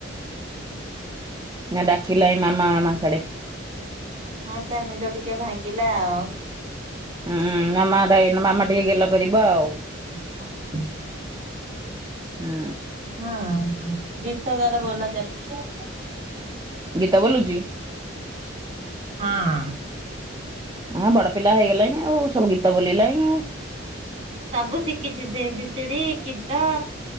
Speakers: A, on the right; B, on the right.
A: ନା ଡାକିଲାଇ ମାମା ମାମା ସାଡେ
B: ହଁ ତ ନିଦ ଟିକେ ଭାଙ୍ଗିଲା ଆଉ
A: ଉୁଁ ମାମା ମାମା ଟିକେ ଗେଲ କରିବ ଆଉ
B: ହଛ <unintelligible>
A: ହୁଁ
B: ହଁ ଗୀତ ତାର ବୋଲା ଚାଲିଛି
A: ଗୀତ ବୋଲୁଛି?
B: ହଁ
A: ହଁ ବଡ ପିଲା ହେଇଗଲାଣି ଓ ସବୁ ଗୀତ ବୋଲିଲାଣି
B: ସବୁ ଶିଖିଛି ସେ - ଏ ବି ସି ଡି ଗୀତ